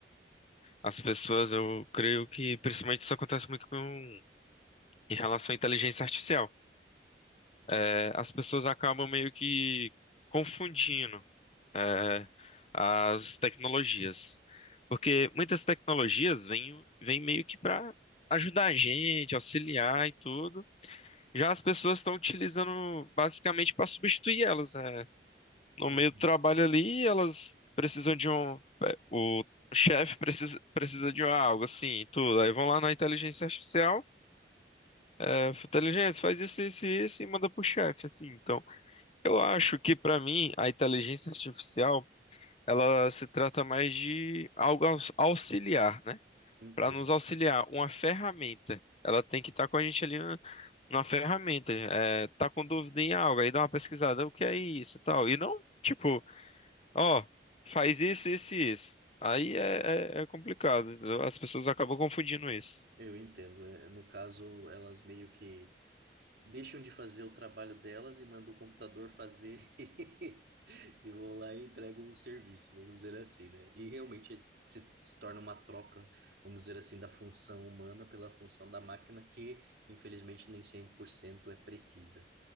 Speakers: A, on the left (about 35°); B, on the right (about 65°).
A: as pessoas, eu creio que principalmente isso acontece muito com em relação à inteligência artificial. É, as pessoas acabam meio que confundindo é, as tecnologias. Porque muitas tecnologias vêm, vêm meio que pra ajudar a gente, auxiliar e tudo. Já as pessoas estão utilizando basicamente para substituir elas. né? No
B: Uhum,
A: meio do trabalho ali, elas precisam de um. é, O chefe precisa, precisa de algo assim, e tudo. Aí vão lá na inteligência artificial, é, inteligência, faz isso, isso e isso e manda pro chefe, assim. Então, eu acho que para mim, a inteligência artificial, ela se trata mais de algo aux- auxiliar, né?
B: entendo.
A: para nos auxiliar. Uma ferramenta, ela tem que estar com a gente ali na, na ferramenta. É, tá com dúvida em algo, aí dá uma pesquisada, o que é isso e tal. E não, tipo, ó, faz isso, isso e isso. Aí é, é, é complicado. entendeu? As pessoas acabam confundindo isso.
B: Eu entendo. É, No caso, elas meio que deixam de fazer o trabalho delas e mandam o computador fazer <laughs> e vão lá e entregam o serviço, vamos dizer assim, né? E realmente se, se torna uma troca, vamos dizer assim, da função humana pela função da máquina, que infelizmente nem 100% é precisa